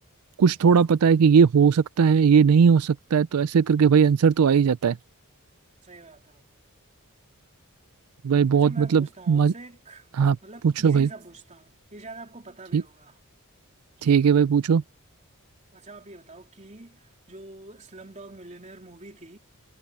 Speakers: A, on the right; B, on the right.
A: कुछ थोड़ा पता है कि ये हो सकता है ये नहीं हो सकता है तो ऐसे करके भाई आंसर तो आ ही जाता है
B: सही बात है
A: भाई
B: अच्छा
A: बहुत
B: मैं
A: मतलब
B: पूछता हूँ
A: मज...
B: आपसे एक मतलब
A: हाँ पूछो
B: इजी
A: भाई
B: सा पूछता हूँ ये शायद आपको पता
A: ठीक
B: भी होगा
A: ठीक है भाई पूछो
B: अच्छा आप ये बताओ कि जो स्लम डॉग मिलियनेयर मूवी थी